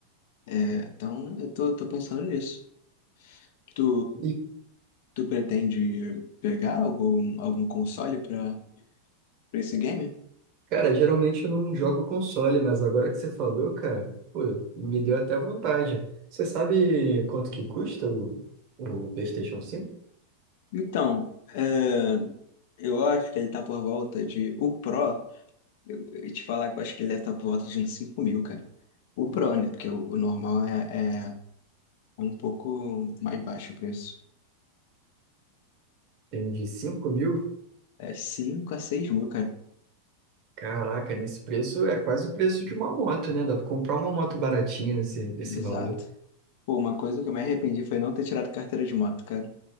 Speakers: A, on the left (about 50°); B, on the right (about 40°).
A: É, então eu tô, tô pensando nisso. Tu
B: E,
A: Tu pretende pegar algum, algum console para esse game?
B: cara, geralmente eu não jogo console, mas agora que você falou, cara, pô, me deu até vontade. Você sabe quanto que custa o, o PlayStation cinco
A: Então, é, eu acho que ele tá por volta de. O Pro, eu, eu te falar que eu acho que ele deve estar por volta de uns 5 mil, cara. O Pro, né? Porque o, o normal é, é um pouco mais baixo o preço.
B: Tem de cinco mil?
A: É 5 a 6 mil, cara.
B: Caraca, nesse preço é quase o preço de uma moto, né? Dá pra comprar uma moto baratinha nesse, nesse
A: Exato.
B: valor.
A: Pô, uma coisa que eu me arrependi foi não ter tirado carteira de moto, cara.